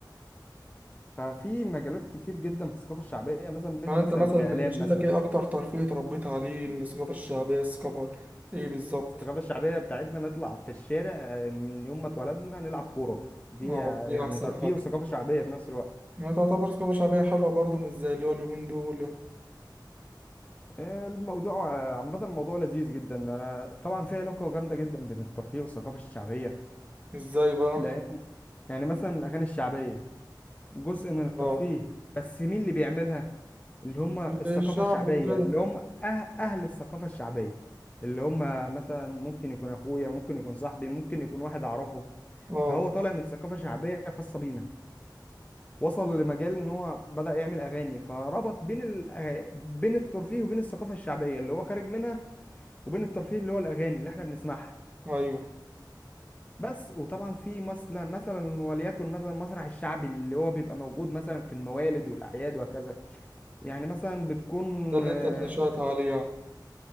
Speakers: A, on the left; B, on the right.
A: ففي مجالات كتير جدا في الثقافه الشعبيه مثلا منها
B: يعني
A: مثلا
B: أنت مثلا
A: الاعلام
B: من نشأتك
A: مثلا
B: إيه أكتر ترفيه اتربيت عليه من الثقافة الشعبية الثقافة إيه بالظبط
A: الثقافه الشعبيه بتاعتنا نطلع في الشارع آه، من يوم ما اتولدنا نلعب كوره دي
B: اه
A: آه،
B: دي
A: يعني
B: أحسن
A: ترفيه
B: حاجة
A: وثقافه شعبيه في نفس الوقت
B: يعني تعتبر ثقافة شعبية حلوة برضه مش زي اللي هو اليومين دول
A: الموضوع آه، عامة الموضوع لذيذ جدا أنا طبعا في علاقة جامدة جدا بين الترفيه والثقافة الشعبية
B: إزاي بقى؟
A: لأن يعني مثلا الأغاني الشعبية جزء من الترفيه
B: اه
A: بس مين اللي بيعملها؟ اللي هم الثقافة
B: للشعب
A: الشعبية
B: وكده
A: اللي هم أه- أهل الثقافة الشعبية اللي هم مثلا ممكن يكون أخويا ممكن يكون صاحبي ممكن يكون واحد أعرفه
B: اه
A: فهو طالع من ثقافة شعبية خاصة بينا وصل لمجال إن هو بدأ يعمل أغاني فربط بين الأغ... بين الترفيه وبين الثقافة الشعبية اللي هو خارج منها وبين الترفيه اللي هو الاغاني اللي احنا بنسمعها
B: ايوه
A: بس وطبعا في مثلا مثلا وليكن مثلا المسرح الشعبي اللي هو بيبقى موجود مثلا في الموالد والاعياد وهكذا يعني مثلا بتكون
B: ده اللي
A: آه،
B: انت اتنشأت عليه يعني